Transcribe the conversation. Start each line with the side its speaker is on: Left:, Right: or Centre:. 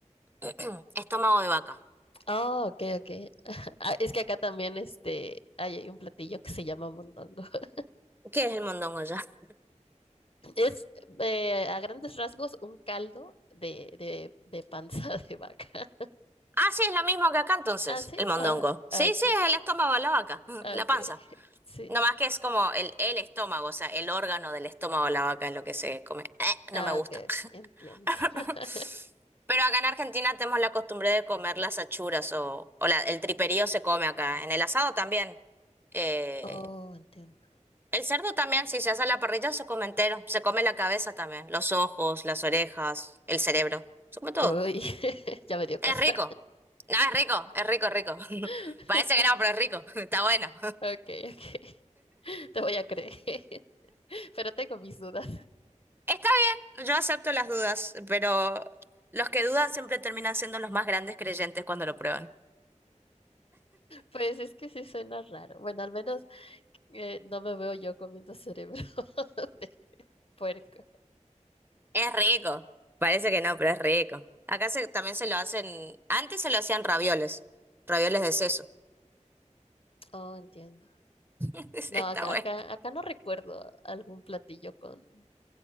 Right: <clears throat> estómago de vaca.
Left: Oh, ok, ok. <laughs> Ah, Es que acá también este, hay hay un platillo que se llama mondongo. <laughs>
Right: ¿Qué es el mondongo ya? <laughs>
Left: Es eh, a grandes rasgos un caldo de, de, de panza <laughs> de vaca.
Right: Ah, sí, es lo mismo que acá entonces,
Left: ¿Ah, sí?
Right: el mondongo.
Left: Ah,
Right: Sí,
Left: ah, ok,
Right: sí, es el estómago de la vaca, <laughs>
Left: ah,
Right: la
Left: ok.
Right: panza.
Left: <laughs> Sí.
Right: No más que es como el, el estómago, o sea, el órgano del estómago de la vaca es lo que se come. Eh,
Left: Ah,
Right: no me gusta.
Left: ok, ok,
Right: <laughs>
Left: entiendo.
Right: <laughs>
Left: <laughs>
Right: Pero acá en Argentina tenemos la costumbre de comer las achuras o, o la- el triperío se come acá. En el asado también. Eh,
Left: Oh, entiendo.
Right: el cerdo también, si se hace a la parrilla, se come entero. Se come la cabeza también, los ojos, las orejas, el cerebro. Se come todo.
Left: Uy, <laughs> ya me dio cosa.
Right: Es rico. No, es rico, es rico, es rico. <laughs>
Left: <laughs>
Right: Parece que no, pero es rico. <laughs> Está bueno.
Left: Ok, ok. <laughs> Te voy a creer, <laughs> pero tengo mis dudas.
Right: Está bien, yo acepto las dudas, pero los que dudan siempre terminan siendo los más grandes creyentes cuando lo prueban.
Left: Pues es que sí suena raro. Bueno, al menos eh, no me veo yo comiendo cerebro <laughs> de puerco.
Right: Es rico. Parece que no, pero es rico. Acá se- también se lo hacen, antes se lo hacían ravioles, ravioles de seso.
Left: Oh, entiendo.
Right: <laughs> Está
Left: No, acá,
Right: bueno.
Left: acá, acá no recuerdo algún platillo con,